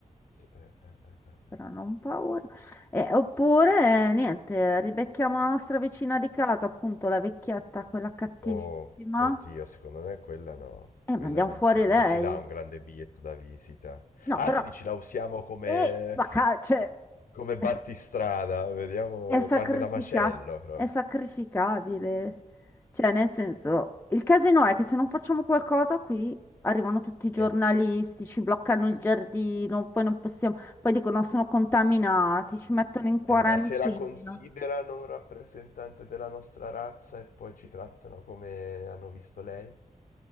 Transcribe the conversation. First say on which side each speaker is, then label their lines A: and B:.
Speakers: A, on the left; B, on the left.
A: Sì, eh, eh, eh.
B: però non paura. Eh, oppure, eh, niente, ribecchiamo la nostra vicina di casa, appunto la vecchietta, quella cattivissima,
A: Oh, oddio, secondo me quella no.
B: e mandiamo
A: Quella non
B: fuori
A: ci, non
B: lei.
A: ci dà un grande biglietto da visita.
B: No,
A: Ah,
B: però,
A: tu dici la usiamo come,
B: e la ca- cioè,
A: come
B: è,
A: battistrada. Vediamo
B: è sacrifica-
A: carne da macello proprio.
B: è sacrificabile. Cioè, nel senso, il casino è che se non facciamo qualcosa qui, arrivano tutti i giornalisti,
A: Eh,
B: ci bloccano il giardino, poi non possiamo, poi dicono sono contaminati, ci mettono in quarantena.
A: eh, ma se la considerano un rappresentante della nostra razza e poi ci trattano come hanno visto lei?